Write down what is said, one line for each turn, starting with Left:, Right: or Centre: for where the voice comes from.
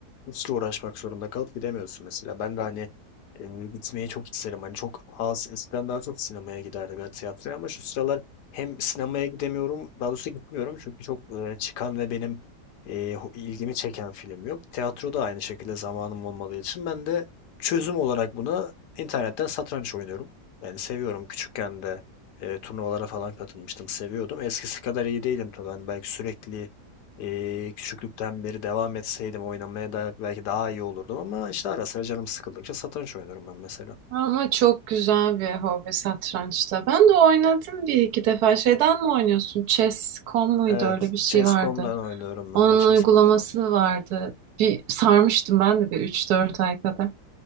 Left: hiç uğraşmak zorunda kalıp gidemiyorsun mesela. Ben de hani e, gitmeyi çok isterim. Hani çok az eskiden daha çok sinemaya giderdim ya tiyatroya ama şu sıralar hem sinemaya gidemiyorum daha doğrusu gitmiyorum çünkü çok e, çıkan ve benim e, ho- ilgimi çeken film yok. Tiyatro da aynı şekilde zamanım olmadığı için ben de Çözüm olarak buna İnternetten satranç oynuyorum. Yani seviyorum. Küçükken de e, turnuvalara falan katılmıştım. Seviyordum. Eskisi kadar iyi değilim tabii. Hani belki sürekli e, küçüklükten beri devam etseydim oynamaya da belki daha iyi olurdum. Ama işte ara sıra canım sıkıldıkça satranç oynuyorum ben mesela.
Right: Ama çok güzel bir hobi satrançta. Ben de oynadım bir iki defa. Şeyden mi oynuyorsun? Chess.com muydu?
Left: Evet.
Right: Öyle bir şey
Left: Chess.com'dan
Right: vardı.
Left: oynuyorum. Ben
Right: Onun
Left: de Chess.com'dan
Right: uygulaması
Left: oynuyorum.
Right: vardı. Bir sarmıştım ben de bir üç dört ay kadar.